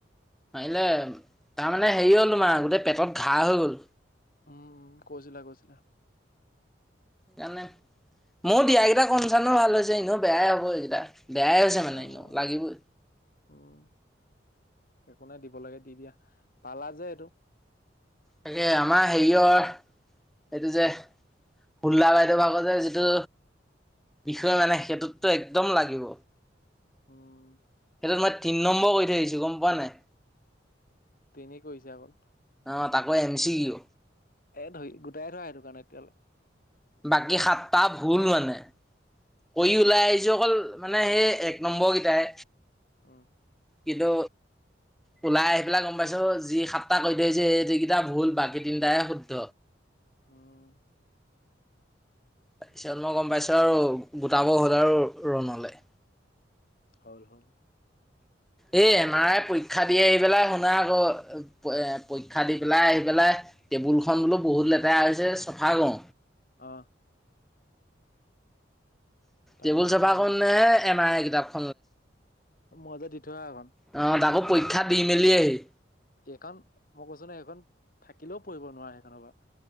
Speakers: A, in the centre; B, on the left (about 50°).
A: পাৰিলে তাৰ মানে মানে হেৰি হ'ল তোমাৰ গোটেই পেটত ঘাঁহ হৈ গ'ল।
B: উম উম কৈছিলা কৈছিলা।
A: জানে মোয়ো দিয়াগে এইটা কম চানো ভাল হৈছে, এনেও বেয়াই হ'ব এইকেইটা। বেয়াই হৈছে মানে
B: মোৰ
A: লাগিবই।
B: উম একো নাই দিব লাগে দি দিয়া। পালা যে এইটো
A: তাকে আমাৰ হেৰিয়ৰ, এইটো যে হোল্লা বাইদেউ ভাগৰ যে যিটো বিষয় মানে সেইটোতো একদম লাগিব।
B: উম।
A: সেইটোত মই তিনি নম্বৰ কৰী থৈ আহিছোঁ গম পোৱা নাই?
B: তেনেই কৈছা অকল।
A: অ তাকো এম চি কিউ
B: এ ধৰি--গোটাই ধৰা সেইটো কাৰণে তেতিয়া হ'লে।
A: বাকী সাতটা ভুল মানে, কৰি ওলাই আহিছো অকল মানে সেই এক নম্বৰকেইটাই।
B: উম।
A: কিন্তু, ওলাই আহি পেলাই গম পাইছো। যি সাতটা কৰি থৈ আহিছোঁ এই যিকেইটা ভুল বাকী তিনটাহে শুদ্ধ।
B: উম।
A: তাৰ পিছত মই গম পাইছো আৰু গোটাব হ'ল আৰু ৰুণলে।
B: হ'ল-হ'ল।
A: এ এন আৰ আই পৰীক্ষা দিয়ে আহি পেলাই শুনা আকৌ, এ পৰীক্ষা দি পেলাই আহি পেলাই টেবুল খন বোলো বহুত লেতেৰা হৈছে চফা কৰো।
B: অহ। তাৰপিছত
A: টেবুল চফা কৰে নে এম আই কিতাপ
B: মই যে দি থোৱা সেই খন।
A: অ তাকো পৰীক্ষা দি মেলি আহি
B: এইখন মই কৈছো ন এইখন থাক কেলেও পঢ়িব নোৱাৰে সেইখনৰ পৰা।